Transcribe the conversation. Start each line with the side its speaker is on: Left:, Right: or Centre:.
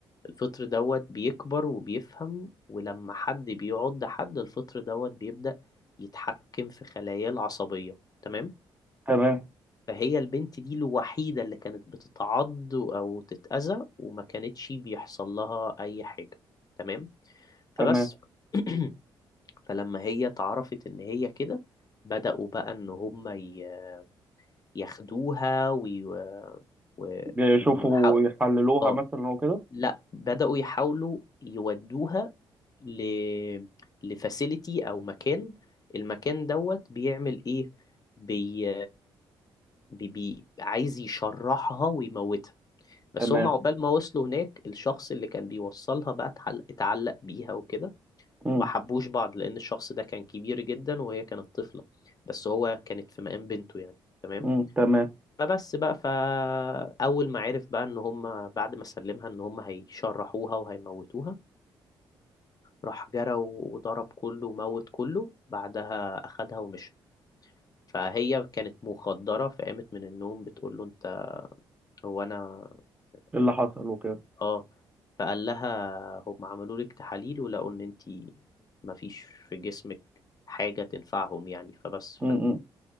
Left: الفطر دوت بيكبر وبيفهم ولما حد بيعض حد الفطر دوت بيبدأ يتحكم في خلاياه العصبية تمام
Right: تمام
Left: فهي البنت دي الوحيدة اللي كانت بتتعض أو تتأذى وما كانتش بيحصل لها أي حاجة تمام فبس
Right: تمام
Left: <clears throat> فلما هي اتعرفت إن هي كده بدأوا بقى إن هما ي- ياخدوها وي... و...
Right: يشوفوا
Left: ويحاول...
Right: يحللوها
Left: اه
Right: مثلا وكده
Left: لا بدأوا يحاولوا يودوها ل لفاسيليتي او مكان المكان دوت بيعمل ايه بي... بي... بي عايز يشرحها ويموتها بس
Right: تمام
Left: هم عقبال ما وصلوا هناك الشخص اللي كان بيوصلها بقى اتعلق, اتعلق بيها وكده
Right: امم
Left: ما حبوش بعض لان الشخص ده كان كبير جدا وهي كانت طفلة بس هو كانت في مقام بنته يعني تمام
Right: امم تمام
Left: فبس بقى فأول ما عرف بقى إن هم بعد ما سلمها إن هم هيشرحوها وهيموتوها راح جرى وضرب كله وموت كله بعدها أخدها ومشى فهي كانت مخدرة فقامت من النوم بتقول له أنت هو أنا
Right: إيه اللي
Left: أنا
Right: حصل وكده
Left: آه فقال لها هم عملوا لك تحاليل ولقوا إن أنت مفيش في جسمك حاجة تنفعهم يعني فبس ف...
Right: امم